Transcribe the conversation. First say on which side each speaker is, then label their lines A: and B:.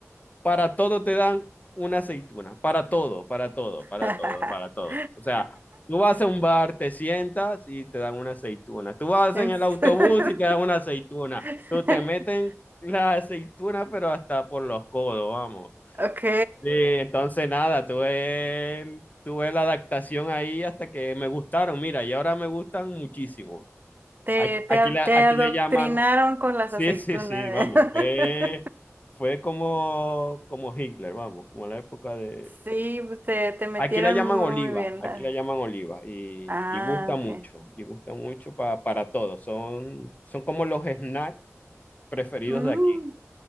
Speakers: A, on the left; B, on the right.
A: para todo te dan una aceituna, para todo, para todo, para
B: <laughs>
A: todo, para todo. O sea, tú vas a un bar, te sientas y te dan una aceituna. Tú vas
B: En
A: en el
B: serio.
A: autobús y te dan una aceituna.
B: <laughs>
A: Tú te meten la aceituna, pero hasta por los codos, vamos.
B: Ok,
A: Sí, entonces nada, tuve, el- tuve la adaptación ahí hasta que me gustaron. Mira, y ahora me gustan muchísimo.
B: te,
A: Aquí, aquí
B: te, a-
A: le, aquí
B: te adoctrinaron
A: le llaman
B: con las
A: Sí,
B: aceitunas.
A: sí, sí, vamos, fue,
B: <laughs>
A: fue como, como Hitler, vamos, como la época de...
B: Sí, pues, te, te metieron
A: Aquí la llaman
B: muy
A: oliva,
B: bien
A: aquí
B: la...
A: la llaman oliva y,
B: Ah,
A: y gusta
B: ok.
A: mucho, y gusta mucho pa- para todos, son, son como los snacks preferidos
B: Mm,
A: de aquí.